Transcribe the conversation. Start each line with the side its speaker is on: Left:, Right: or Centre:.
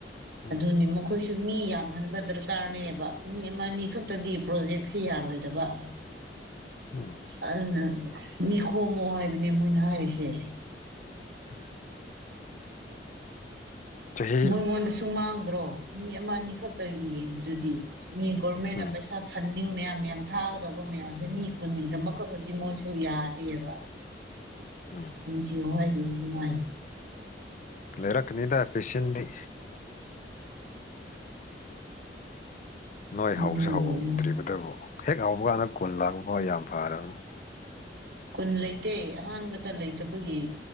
Left: ꯎꯝ
Right: ꯑꯗꯨꯅꯤ ꯃꯈ ꯑꯩꯈꯣꯏꯁꯨ ꯃꯤ ꯌꯥꯝꯍꯟꯕ ꯗꯔꯀꯥꯔꯅꯦꯕ ꯃꯤ ꯑꯃ ꯑꯅꯤ ꯈꯛꯇꯗꯤ ꯄ꯭ꯔꯣꯖꯦꯛꯁꯦ ꯌꯥꯔꯣꯏꯗꯕ <unintelligible>
Left: ꯎꯝ
Right: ꯑꯗꯨꯅ ꯃꯤ ꯈꯣꯝꯃꯣ ꯍꯥꯏꯕꯅꯦ ꯃꯣꯏꯅ ꯍꯥꯏꯔꯤꯁꯦ
Left: <unintelligible> ꯆꯍꯤ
Right: ꯃꯣꯏ ꯒꯣꯟꯗꯁꯨ ꯁꯨꯃꯥꯡꯗ꯭ꯔꯣ ꯃꯤ ꯑꯃ ꯑꯅꯤ ꯈꯛꯇꯒꯤ ꯌꯦꯡꯕꯗꯨꯗꯤ ꯃꯤ ꯒꯣꯔꯃꯦꯟꯅ
Left: ꯎꯝ
Right: ꯄꯩꯁꯥ ꯐꯟꯗꯤꯡ ꯃꯌꯥꯝ ꯃꯌꯥꯝ ꯊꯥꯒꯗꯧꯕ ꯃꯌꯥꯝꯁꯦ ꯃꯤ ꯀꯨꯟꯒꯤꯗꯃꯛꯈꯛꯇꯗꯤ ꯃꯣꯏꯁꯨ ꯌꯥꯗꯦꯕ
Left: ꯎꯝ
Right: ꯑꯦꯟ ꯖꯤ ꯑꯣ ꯍꯥꯏꯒ ꯑꯗꯨ ꯃꯥꯏ
Left: ꯂꯩꯔꯛꯀꯅꯤꯗ ꯄꯦꯁꯦꯟꯗꯤ ꯅꯣꯏ
Right: ꯑꯗꯨꯃꯥꯏꯅꯅꯤꯗꯅ
Left: ꯍꯧꯁꯤ ꯍꯧꯗ꯭ꯔꯤꯕꯇꯕꯨ ꯍꯦꯛ ꯍꯧꯕꯀꯥꯟꯗ ꯀꯨꯟ ꯂꯥꯛꯄꯐꯥꯎ ꯌꯥꯝ ꯐꯔꯕꯅꯤ
Right: ꯀꯨꯟ ꯂꯩꯇꯦ ꯑꯍꯥꯟꯕꯗ ꯂꯩꯇꯕꯒꯤ